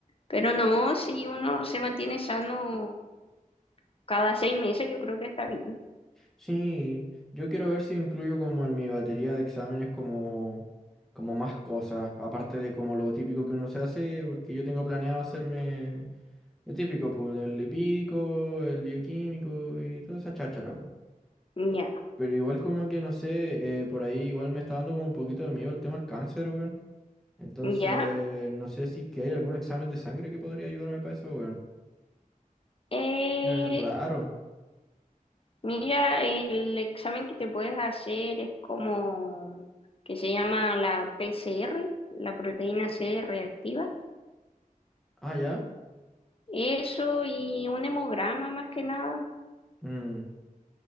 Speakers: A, on the left; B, in the centre.
A: pero no, si uno se mantiene sano cada seis meses, yo creo que está bien.
B: Sí, yo quiero ver si incluyo como en mi batería de exámenes como, como más cosas, aparte de como lo típico que uno se hace, porque yo tengo planeado hacerme lo típico, pues, el lipídico, el bioquímico y toda esa cháchara, pues.
A: Ya,
B: Pero igual como que no sé, eh, por ahí igual me está dando como un poquito de miedo el tema del cáncer, weón. Entonces,
A: ya.
B: no sé si es que hay algún examen de sangre que podría ayudarme para eso, weón.
A: Eh,
B: Qué raro.
A: mira, el examen que te puedes hacer es como que se llama la PCR, la proteína C reactiva.
B: Ah, ya.
A: Eso y un hemograma más que nada,
B: Mm.